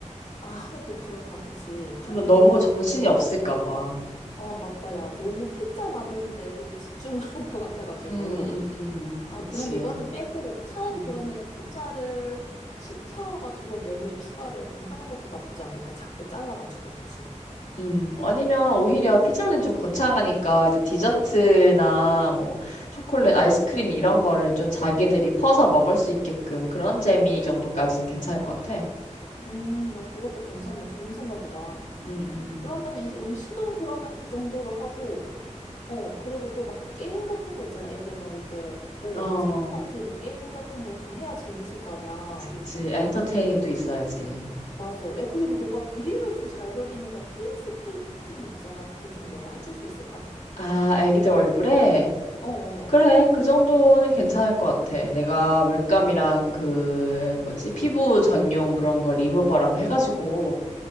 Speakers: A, on the left (about 70°); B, on the left (about 85°).
A: 아, 하긴 또 그렇다, 그치. 팥,
B: 좀
A: 이게
B: 너무
A: 막,
B: 정신이 없을까 봐.
A: 아, 맞다, 야. 너무 피자 만드는 데 애들이 집중할 <laughs> 것 같아가지고.
B: 음, 음, 음, 음.
A: 아,
B: 그치.
A: 그럼 이거는 빼고 차라리
B: 음.
A: 그러면은 피자를 시켜가지고 메뉴에 추가를 그럼 하는 것도 나쁘지 않겠다. 작게 잘라가지고, 그치?
B: 음, 아니면 오히려 피자는 좀 거창하니까 이제 디저트나 뭐 초콜릿, 아이스크림 이런 거를 좀 자기들이 퍼서 먹을 수 있게끔 그런 재미 정도까지는 괜찮을 것 같아.
A: 음, 야, 그것도 괜찮네. 좋은 생각이다.
B: 음, 음,
A: 그러면 이제 음식은 그러면 그 정도로 하고, 어, 그리고 또 막 게임 같은 거 있잖아. 애들 뭐 이게, 어,
B: 음. 어,
A: 생일 파티 뭐 게임 같은 거 좀 해야 재밌을 거 아니야.
B: 그치, 그치. 엔터테인이도 있어야지.
A: 맞아. 야, 그리고 너가 그림을 좀 잘 그리니까 페인스 페인팅 있잖아. 그거 좀 너가 해줄 수 있을까?
B: 아, 애기들 얼굴에?
A: 어어.
B: 그래, 그 정도는 괜찮을 것 같아. 내가 물감이랑 그, 뭐지, 피부 전용 그런 거 리무버랑 해가지고,